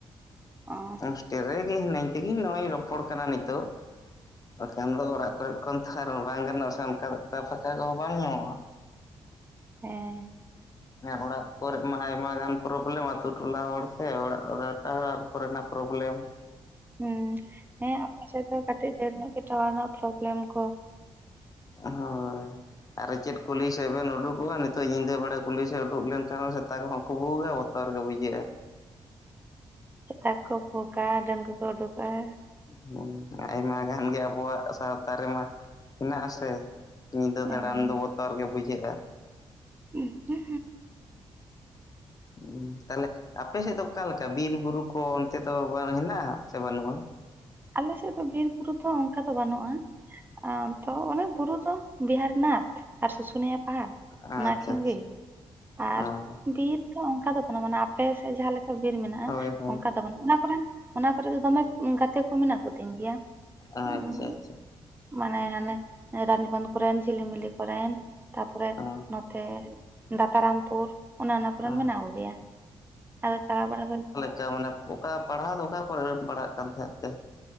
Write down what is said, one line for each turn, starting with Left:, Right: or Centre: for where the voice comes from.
Right: ᱚᱸᱻ
Left: ᱦᱳᱥᱴᱮᱞ ᱨᱮᱜᱮ ᱦᱤᱱᱟᱹᱧ ᱛᱮᱜᱮ ᱱᱚᱜᱚᱭ ᱨᱚᱯᱚᱲ ᱠᱟᱱᱟ ᱱᱤᱛᱚᱜ ᱵᱟᱠᱷᱟᱱ ᱫᱚ ᱚᱲᱟᱜ ᱠᱚᱨᱮ ᱠᱷᱚᱱ ᱟᱨ ᱦᱚᱸ ᱵᱟᱝ ᱜᱟᱱᱚᱜ-ᱟ ᱥᱮ ᱚᱱᱠᱟ <unintelligible> ᱯᱷᱟᱸᱠᱟ ᱯᱷᱟᱸᱠᱟ ᱠᱚᱦᱚᱸ ᱵᱟᱝ ᱧᱟᱢᱚᱜ-ᱟ ᱾
Right: ᱦᱮᱸ ᱾
Left: ᱚᱲᱟᱜ ᱠᱚᱨᱮ ᱢᱟ ᱟᱭᱢᱟ ᱜᱟᱱ ᱯᱨᱚᱵᱞᱮᱢ ᱟᱛᱳ ᱴᱚᱞᱟ ᱦᱚᱲ ᱥᱮ ᱚᱲᱟᱜ ᱨᱮ ᱴᱟᱶᱟᱨ ᱠᱚᱨᱮᱱᱟᱜ ᱯᱨᱚᱵᱮᱞᱮᱢ ᱾
Right: ᱦᱮᱸ ᱦᱮᱸ ᱟᱯ ᱥᱮᱫ ᱫᱚ ᱠᱟᱹᱴᱤᱡ ᱰᱷᱮᱨ ᱧᱚᱜ ᱜᱮ ᱴᱟᱣᱟᱨ ᱨᱮᱱᱟᱜ ᱯᱨᱚᱵᱞᱮᱢ ᱠᱚ ᱾
Left: ᱦᱳᱭ ᱟᱨ ᱪᱮᱫ ᱠᱚ ᱞᱤᱥ ᱥᱮᱵᱮᱱ ᱩᱰᱩᱠᱚᱜᱼᱟ ᱱᱤᱛᱚᱜ ᱧᱤᱫᱟᱹ ᱵᱮᱲᱟ ᱠᱩᱞᱤ ᱥᱮᱮᱫ ᱩᱰᱩᱠ ᱞᱮᱱᱠᱷᱟᱱ ᱥᱮᱛᱟ ᱠᱚᱦᱚᱸᱠᱚ ᱵᱩᱜᱽ-ᱟ ᱵᱚᱛᱚᱨ ᱜᱮᱮ ᱵᱩᱡᱷᱟᱹᱜᱼᱟ ᱾
Right: ᱥᱮᱛᱟ ᱠᱚ ᱵᱷᱩᱜᱼᱟ ᱰᱟᱹᱱ ᱠᱚ ᱠᱚ ᱩᱰᱩᱠᱚ-ᱟ ᱾
Left: ᱦᱮᱸ ᱟᱭᱢᱟ ᱜᱟᱱ ᱜᱮ ᱟᱵᱚᱣᱟᱜ ᱥᱟᱶᱛᱟ ᱨᱮᱢᱟ, ᱦᱮᱱᱟᱜᱼᱟᱥᱮ, ᱧᱤᱫᱟᱹ
Right: ᱦᱮᱸ
Left: ᱫᱟᱬᱟᱱ ᱫᱚ ᱵᱚᱛᱚᱨ ᱜᱮ ᱵᱩᱡᱷᱟᱹᱜᱼᱟ᱾
Right: ᱩᱸ ᱦᱩᱸᱜ᱾
Left: ᱩᱸ ᱛᱟᱞᱮ ᱟᱯᱮ ᱥᱮᱜ ᱫᱚ ᱚᱠᱟᱞᱮᱠᱟ? ᱵᱤᱨ, ᱵᱩᱨᱩ ᱠᱚ ᱚᱱᱛᱮ ᱫᱚ ᱵᱟᱱ ᱦᱮᱱᱟᱜᱼᱟ ᱥᱮ ᱵᱟᱹᱱᱩᱜᱼᱟ?
Right: ᱟᱞᱮᱥᱮᱫ ᱫᱚ ᱵᱤᱨ, ᱵᱩᱨᱩ ᱛᱷᱚ ᱚᱝᱠᱟ ᱫᱚ ᱵᱟᱱᱩᱜᱼᱟᱸ᱾ ᱟ ᱛᱚ ᱚᱱᱮ ᱵᱩᱨᱩ ᱫᱚ 'ᱵᱤᱦᱟᱨᱱᱟᱛᱷ' ᱟᱨ 'ᱥᱩᱥᱩᱱᱤᱭᱟᱯ' ᱯᱟᱦᱟ
Left: ᱟᱪᱪᱷᱟ
Right: ᱚᱱᱟ ᱠᱷᱤᱱ
Left: ᱟᱪᱪᱷᱟ
Right: ᱜᱮ ᱟᱨ
Left: ᱚ
Right: ᱵᱤᱨ᱾ ᱛᱚ ᱚᱝᱠᱟ ᱫᱚ ᱵᱟᱱᱟ, ᱢᱟᱱᱮ ᱟᱯᱮ ᱥᱮᱡ ᱡᱟᱦᱟᱸ ᱞᱮᱠᱟ ᱵᱤᱨ ᱢᱮᱱᱟᱜᱼᱟ,
Left: ᱦᱳᱭ ᱦᱳᱭ
Right: ᱚᱝᱠᱟ ᱫᱚ ᱵᱟᱹᱱᱩᱜ᱾ ᱚᱱᱟ ᱠᱚᱨᱮᱱ ᱚᱱᱟ ᱠᱚᱨᱮ ᱫᱚ ᱫᱚᱢᱮ ᱩᱸ ᱜᱟᱛᱮ ᱠᱚ ᱢᱮᱱᱟᱜ ᱠᱚᱛᱤᱧ ᱜᱮᱭᱟ᱾
Left: ᱟᱼᱪᱪᱷᱟ-ᱪᱷᱟ᱾
Right: ᱩᱸ ᱢᱟᱱᱮ ᱦᱟᱱᱮᱦ 'ᱨᱟᱱᱤ ᱵᱟᱸᱫᱽ' ᱠᱚᱨᱮᱱ, 'ᱡᱷᱤᱞᱤᱢᱤᱞᱤ' ᱠᱚᱨᱮᱱ᱾ ᱛᱟᱯᱚᱨᱮᱦ
Left: ᱚ
Right: ᱱᱚᱛᱮ 'ᱫᱟᱛᱟᱨᱟᱢᱯᱩᱨ' ᱚᱱᱮ ᱚᱱᱟ ᱠᱚᱨᱮᱱ
Left: ᱚ
Right: ᱢᱮᱱᱟᱜ ᱠᱚᱜᱮᱭᱟ᱾ ᱟᱫᱚ ᱪᱟᱞᱟᱣ ᱵᱟᱲᱟ ᱦᱩᱭ
Left: ᱪᱟ ᱢᱟᱱᱮᱯᱷ ᱚᱠᱟ ᱯᱟᱲᱦᱟᱣ ᱫᱚ, ᱚᱠᱟ ᱠᱚᱨᱮᱨᱮᱢ ᱯᱟᱲᱟᱜ ᱠᱟᱱ ᱛᱟᱦᱮᱸᱫ ᱛᱮ?